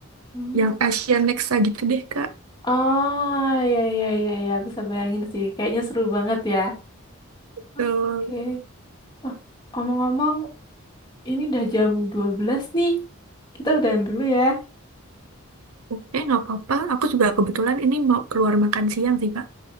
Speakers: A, on the left; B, on the right.
A: Hmm.
B: yang Asian Nexa gitu deh, Kak.
A: Oh, iya, iya, iya, iya. Bisa bayangin sih. Kayaknya seru banget ya.
B: Eh,
A: Oke. Oh, omong-omong, ini udah jam 12 nih. Kita udahan dulu ya.
B: oke, nggak apa-apa. Aku juga kebetulan ini mau keluar makan siang sih, Kak.